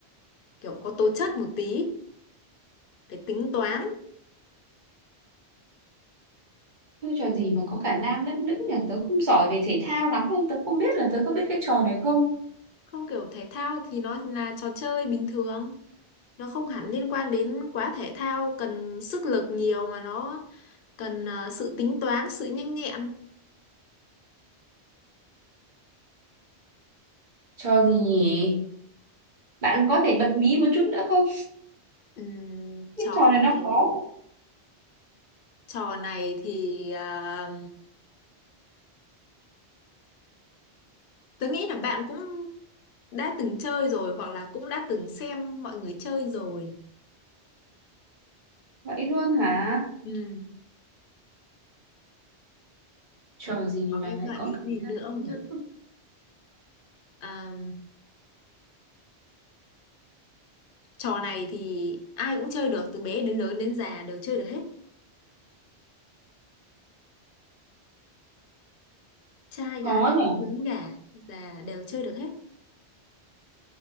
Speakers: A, on the left; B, on the right.
A: kiểu có tố chất một tí phải tính toán
B: chơi trò gì mà có cả nam lẫn nữ nhỉ tớ không giỏi về thể thao lắm nên tớ không biết là tớ có biết cái trò này không
A: không kiểu thể thao thì nó là trò chơi bình thường nó không hẳn liên quan đến quá thể thao cần sức lực nhiều mà nó cần ờ, sự tính toán sự nhanh nhẹn
B: trò gì nhỉ bạn
A: Kiểu,
B: có thể bật mí một chút nữa không
A: ừm, trò
B: cái trò này nó
A: này
B: khó
A: trò này thì ờ, Tớ nghĩ là bạn cũng đã từng chơi rồi hoặc là cũng đã từng xem mọi người chơi rồi.
B: vậy luôn hả
A: Ừ.
B: trò
A: Vậy
B: gì
A: Có
B: mà
A: cái gợi
B: lại có
A: ý
B: cảm
A: gì nữa
B: giác
A: không
B: nữ
A: nhỉ? À, trò này thì ai cũng chơi được từ bé đến lớn đến già đều chơi được hết. Trai
B: khó
A: gái
B: nhỉ
A: lớn già già đều chơi được hết.